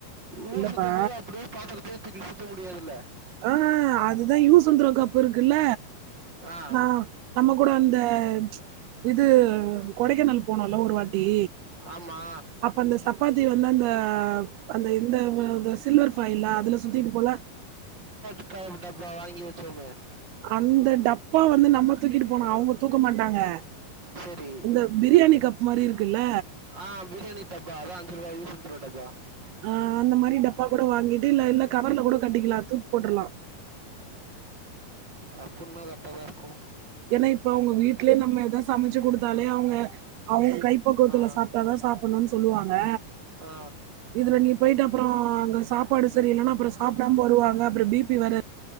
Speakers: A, on the right; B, on the right.
A: ஊர்
B: இல்லப்பா
A: சுத்தும்போது அப்டியே பாத்திரத் த தூக்கிட்டு சுத்த முடியாதுல்ல
B: ஆஹ் அதுதா யூஸ் அன் த்ரோ கப் இருக்குல்ல
A: ஆ
B: நா நமக்கு கூட அந் த ப்ச் இது கொடைக்கானல் போனோல்ல ஒரு வாட்டி
A: ஆமா
B: அப்ப அந்த சப்பாத்தி வந்து அந்த அந்த இந்த சில்வர் ஃபைலா அதுல சுத்திட்டு போல
A: புதுசா டப்பா வாங்கி வெச்சோமே
B: அந்த டப்பா வந்து நம்ம தூக்கிட்டு போனு
A: ஆ,
B: அவுங்க தூக்க மாட்டாங்க
A: சரி
B: இந்த பிரியாணி கப் மாரி இருக்குல்ல
A: ஆ பிரியாணி டப்பா அதா அஞ்சு ரூவா யூஸ் அன் த்ரோ டப்பா
B: அஹ் அந்த மாரி டப்பா கூட வாங்கிட்டு இல்ல கவர்ல கூட கட்டிக்கல்லா தூக்கி போட்டுரலா
A: அப்படினா கரெக்டாதா இருக்கு
B: ஏனா இப்ப அவுங்க வீட்லயே நம்ம எதா சமச்சு குடுத்தாலே அவுங்க அவுங்க கைப்பக்குவத்துல
A: ஆ
B: சாப்பிட்டாதா சாப் பண்ணனு சொல்லுவாங்க
A: ஆ
B: இதுல நீ போய்ட்டு அப்புறோ அங்க சாப்பாடு சரி இல்லனா அப்புறோ சாப்பிடாம வருவாங்க அப்பறோ பி பி வேற